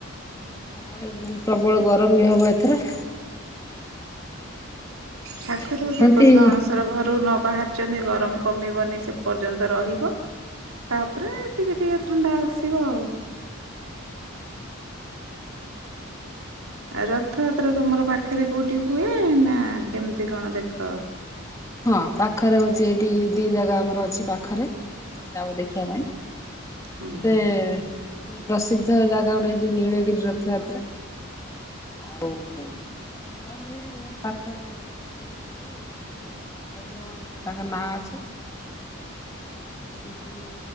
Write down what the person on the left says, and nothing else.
ଆଉ ତା ମାନେ ପ୍ରବଳ ଗରମ ବି ହବ ଏଥର।
କୁହନ୍ତି
ଆଜ୍ଞା
ହଁ
ହଁ ପାଖରେ ହଉଛି ଏଇଠି ଦି ଜାଗା ଆମର ଅଛି ପାଖରେ ଯାଉ ଦେଖିବା ପାଇଁ।
ଗୋଟେ
ମାନେ ପ୍ରସିଦ୍ଧ ଜାଗା ଗୋଟେ ଯୋଉ ନୀଳଗିରି ରଥଯାତ୍ରା। ଆଉ ଆଉ ଗଟା ଆମର ଏଇଠି ଘର ପାଖରେ ଗୋଟେ ଅଛି ମନ୍ଦିରେ ଜଗନାଥ ମନ୍ଦିର। ଦଧି ଭବାନୀ ତାଙ୍କ ନାଁ ଅଛି। ସେ ଟିକେ